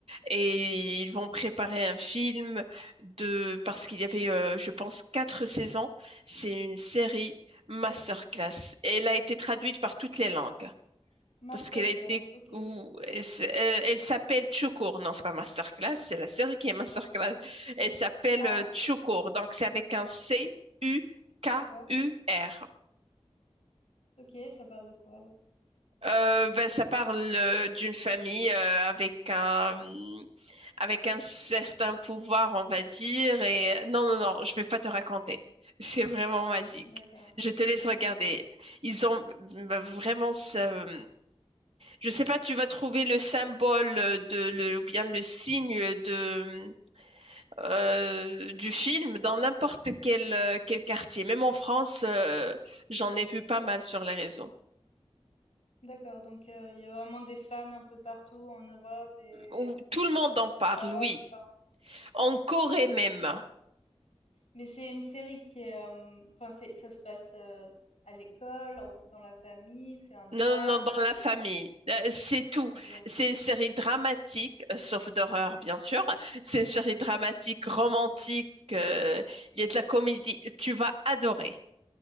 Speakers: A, on the right; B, on the left.
A: et ils vont préparer un film de parce qu'il y avait, euh, je pense, quatre saisons. C'est une série masterclass. Elle a été traduite par toutes les langues
B: Masterclass,
A: parce qu'elle a été
B: OK.
A: ou elle, s- euh, elle s'appelle Chukur. Non, c'est pas masterclass, c'est la série qui est masterclass. Elle s'appelle
B: Ah,
A: euh, Chukur, donc c'est avec un C U K
B: ouais.
A: U R.
B: OK, ça parle de quoi alors?
A: Euh, ben, ça parle euh, d'une famille euh, avec un avec un certain pouvoir, on va dire. Et non, non, non, je vais pas te raconter. <laughs> C'est vraiment magique.
B: D'accord,
A: Je te laisse regarder.
B: OK.
A: Ils ont ben, vraiment. ça- Je sais pas, tu vas trouver le symbole de le ou bien le signe de euh, du film dans n'importe quel euh, quel quartier. Même en France, euh, j'en ai vu pas mal sur les réseaux
B: D'accord, donc heu, il y a vraiment des fans un peu partout en Europe et
A: où tout le monde en parle.
B: au Maroc,
A: Oui.
B: partout.
A: En Corée
B: OK.
A: même.
B: Mais c'est une série qui est, hem, enfin c'est ça se passe, heu, à l'école, en dans la famille, c'est un drame,
A: Non, non, non, dans
B: c'est
A: la famille. Euh, C'est tout.
B: OK.
A: C'est une série dramatique, euh, sauf d'horreur, bien sûr. C'est une série dramatique, romantique. euh, Il y a de la comédie. Tu vas adorer.